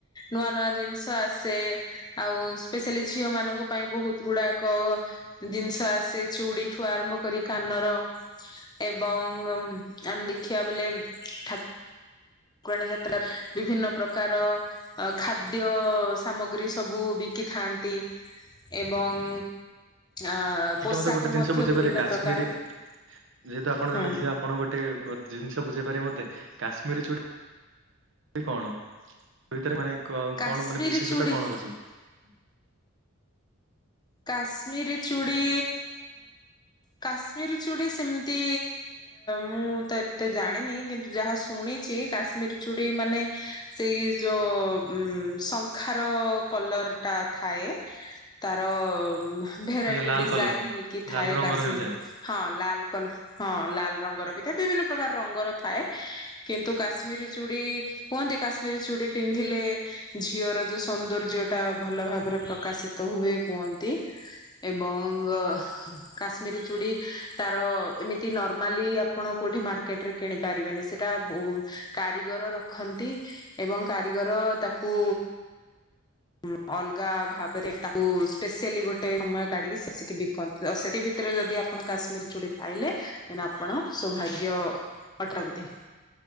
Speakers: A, on the left; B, on the right.
A: ନୂଆ ନୂଆ ଜିନିଷ ଆସେ ଆଉ ସ୍ପେଶିଆଲି ଝିଅ ମାନଙ୍କ ପାଇଁ ବହୁତ ଗୁଡାକ ଜିନିଷ ଆସେ ଚୁଡ଼ିଠୁ ଆରମ୍ଭ କରି କାନର ଏବଂ ଆମେ ଦେଖିବା ବୋଲେ ଠା- ଠାକୁରାଣୀ ଯାତ୍ରାର ବିଭିନ୍ନ ପ୍ରକାର ଖାଦ୍ୟ ସାମଗ୍ରୀ ସବୁ ବିକିଥାନ୍ତି। ଏବଂ ଆ ପୋଷାକ
B: ଆଜ୍ଞା ମୋତେ ଗୋଟେ ଜିନିଷ
A: ମଧ୍ୟ
B: ବୁଝେଇ
A: ବିଭିନ୍ନ
B: ପାରିବ କାଶ୍ମୀରୀ
A: ପ୍ରକାର
B: ଯେହେତୁ ଆପଣ
A: ହୁଁ
B: ଜଣେ ଝିଅ ଆପଣ ଗୋଟେ ଜିନିଷ ବୁଝେଇ ପାରିବେ ମୋତେ କାଶ୍ମୀରୀ ଚୁଡି କଣ ଭିତରେ ମାନେ କ
A: କାଶ୍ମୀରୀ
B: କଣ ମାନେ ବିଶେଷତା
A: ଚୁଡ଼ି
B: କଣ ଅଛି?
A: କାଶ୍ମିର ଚୁଡି କାଶ୍ମିର ଚୁଡି ସେମିତି ମୁଁ ତ ଏତେ ଜାଣିନି କିନ୍ତୁ ଯାହା ଶୁଣିଛି କାଶ୍ମୀର ଚୁଡି ମାନେ ସେଇ ଯୋଉ ଶଙ୍ଖାର କଲରଟା ଥାଏ ତାର- ର ଭେରାଇଟି
B: ମାନେ ଲାଲ
A: ଡିଜାଇନ୍
B: କଲର
A: ହେଇକି ଥାଏ
B: ଲାଲ ରଙ୍ଗର
A: କାଶ୍ମୀର
B: ହେଉଥାଏ
A: ହଁ ଲାଲ କଲର ହଁ ଲାଲ ରଙ୍ଗର ବି ବିଭିନ୍ନ ପ୍ରକାର ରଙ୍ଗର ଥାଏ କିନ୍ତୁ କାଶ୍ମୀର ଚୁଡି କୁହନ୍ତି କାଶ୍ମୀର ଚୁଡ଼ି ପିନ୍ଧିଲେ ଝିଅର ଯୋଉ ସୌନ୍ଦର୍ଯ୍ୟ ଟା ଭଲ ଭାବରେ ପ୍ରକାଶିତ ହୁଏ। କୁହନ୍ତି ଏବଂ କାଶ୍ମୀରୀ ଚୁଡ଼ି ତାର ଏମିତି ନର୍ମାଲି ଆପଣ କୋଉଠି ମାର୍କେଟରେ କିଣିପାରିବେନି ସେଟା କାରିଗର ରଖନ୍ତି ଏବଂ କାରିଗର ତାକୁ ଉ ଅଲଗା ଭାବରେ ତାକୁ ସ୍ପେସିଆଲି ଗୋଟେ ସମୟ କାଢିକିି ବିକନ୍ତି ସେଥି ଭିତରେ ଯଦି ଆପଣ କାଶ୍ମୀର ଚୁଡି ପାଇଲେ ଦେନ ଆପଣ ସୌଭାଗ୍ୟ ଅଟନ୍ତି।